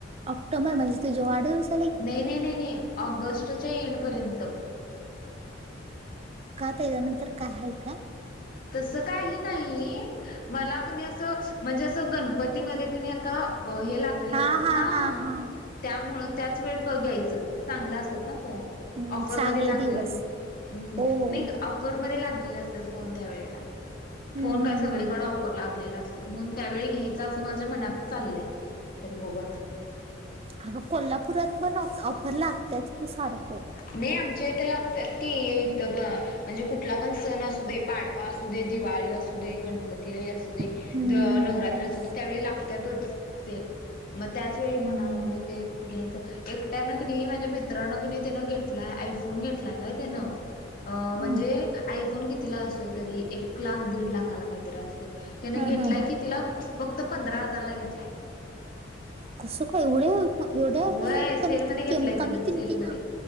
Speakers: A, on the right; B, on the left.
A: ऑक्टोबर म्हणजे तुझ वाढदिवस
B: नाही, नाही, नाही न ऑगस्टच्या येड पर्यंत
A: का त्याज्यानंतर काय आहे का
B: तस काही नाही मला काय नाही अस म्हणजे असं गणपतीमध्ये कणी आता हे लागलेले
A: हा
B: असतात
A: हा
B: ना
A: हा हा
B: त्यामुळं त्याच वेळी घ्यायचं चांगलं असतात ना फोन
A: हम्म,
B: ऑफरमध्ये
A: चांगले
B: लागलेलं
A: दिवस
B: हम्म
A: हो हो
B: नाही ऑ ऑफर मध्ये लागलेले असतात फोन त्यावेळेला
A: हम्म,
B: फोन काय
A: हम्म,
B: सगळीकडे
A: हम्म.
B: ऑफ भरपूर लागलेल असतात म्हणून त्यावेळी घ्यायच असं माझ्या मनात चाललंय तरी बघु आता
A: अग कोल्हापुरात पण ऑ ऑफर लागतात कि सारखं
B: नाही आमच्या इथं लागतात की इथं पण म्हणजे कुठला पण सण असू दे, पाडवा असू दे, दिवाळी असू दे असू दे, गणपती असू दे,
A: हम्म,
B: द
A: हम्म,
B: नवरात्री
A: हम्म.
B: असू दे त्यावेळी लागतातच सेल मग त्याच वेळी म्हणाय
A: हम्म,
B: लागलय ते घ्यायचं एकट्यानं की नाही माझ्या मित्रान की नाही त्यानं घेतलाय आयफोन घेतलाय काय त्यान अह
A: हम्म.
B: म्हणजे आयफोन कितीला असतोय तरी एक लाख दीड लाखाला काहीतरी असतय. त्याने
A: हम्म,
B: घेतलाय
A: हम्म, हम्म.
B: कितीला? फक्त पंधरा हजारला घेतलाय.
A: कसं का एवढ्या एवढ्या आहे
B: व्हय सेलमध्ये
A: कमती
B: घेतलाय
A: कमी
B: त्यानं सेलमध्ये
A: किमती ना